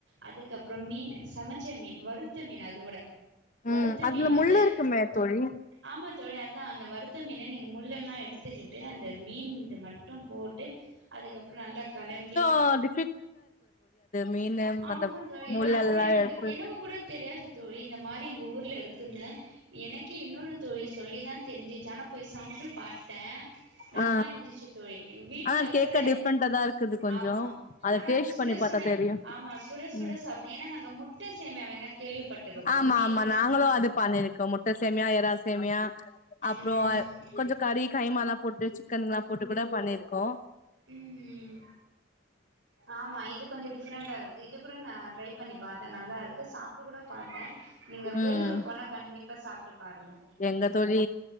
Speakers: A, on the right; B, on the left.
A: அதுக்கப்புறம் மீனு சமச்ச மீனு வருத்த மீனு அது கூட வருத்த
B: ம் அதுல
A: மீன் வந்து
B: முள்ளு இருக்குமே தோழி
A: ஆமா தோழி அதான் அந்த வருத்த மீன நீங்க முள்ளெல்லாம் எடுத்துக்கிட்டு அந்த மீன் இது மட்டும் போட்டு அதுக்கப்புறம் நல்லா களண்டி
B: ஆ அது மீனு
A: ஆமா
B: அந்த
A: தோழி
B: முள்ளெல்லா
A: நா கூட எனக்கு
B: எடுத்து
A: எனக்கு கூட தெரியாது தோழி இந்த மாரி ஊர்ல இருக்குன்னு எனக்கே இன்னொரு தோழி சொல்லி தா தெரிஞ்சிச்சு ஆனா போய் சாப்ட்டு பாத்தே நல்லா
B: ஆ
A: இருந்துச்சு தோழி வீட்ல
B: ஆ கேக்க
A: கூட
B: டிஃப்ரெண்டா தா இருக்குது கொஞ்சோ
A: ஆமா
B: அத
A: ஆனா
B: டேஸ்ட்
A: அது சுட
B: பண்ணி பாத்தா
A: சுட
B: தெரியு
A: ஆமா சுட சுட
B: ம்
A: செவனேனு நாங்க முட்டை சேமியான்னா கேள்விப்பட்டுருக்கறோம்
B: ஆமா
A: மீனு
B: ஆமா நாங்களும் அது பண்ணிருக்கோம் முட்டை சேமியா எரா சேமியா அப்றம்
A: ம்
B: கொஞ்சம் கறி கைம எல்லாம் போட்டு சிக்கன்ல்லாம் போட்டு கூட பண்ணிருக்கோம்
A: ம் ஆமா இது கொஞ்சம் டிஃப்ரெண்டா இருக்கு இது கூட நான் ட்ரை பண்ணி பாத்தேன் நல்லா இருக்கு சாப்ட்டு கூட பாத்தேன் நீங்க வேலூர்
B: ம்
A: போனா கண்டிப்பா சாப்ட்டு பாருங்க
B: எங்க தோழி